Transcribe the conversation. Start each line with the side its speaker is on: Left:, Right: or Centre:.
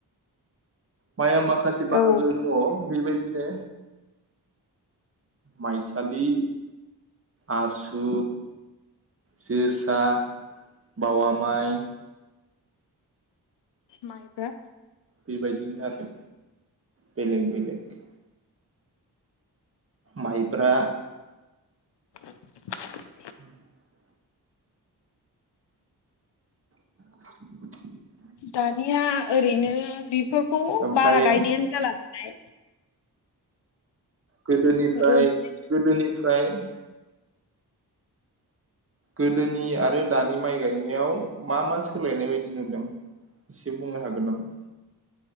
Right: माइया माखासे बाहागो
Left: औ
Right: दङ बेबायदि बिदिनो माइसालि आसु जोसा बावा माइ
Left: माइब्रा
Right: बेबायदिनो आरो बेलेग बेलेग माइ ब्ब्रा
Left: <unintelligible>
Right: <unintelligible> <unintelligible>
Left: दानिया ओरैनो बेफोरखौ
Right: ओमफ्राय
Left: बारा गायनायानो जाला नालाय
Right: गोदोनिफ्राय
Left: रनजित
Right: गोदोनिफ्राय प्राय गोदोनि आरो दानि माइ गायनायाव मा मा सोलायनाय बायदि नुदों एसे बुंनो हागोन नामा?